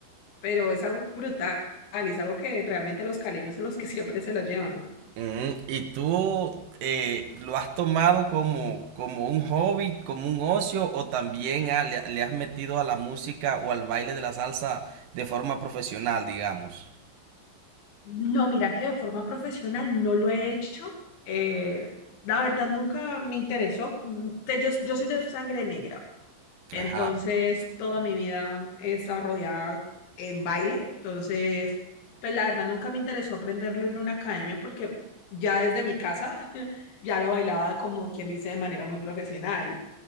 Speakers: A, on the left; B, on the right.
A: pero es algo brutal, es algo que realmente los caleños son los que <laughs> siempre se lo llevan.
B: Ujú, ¿Y tú eh, lo has tomado como, como un hobby, como un ocio, o también ah, le, le has metido a la música o al baile de la salsa de forma profesional, digamos?
A: No, mira que de forma profesional no lo he hecho. eh, la verdad nunca me interesó. Mm, te- yo, yo soy de sangre negra. Entonces,
B: Ajá.
A: toda mi vida he estado rodeada en baile. Entonces, pues la verdad nunca me interesó aprenderlo en una academia porque ya desde mi casa <laughs> ya lo bailaba como quien dice de manera muy profesional.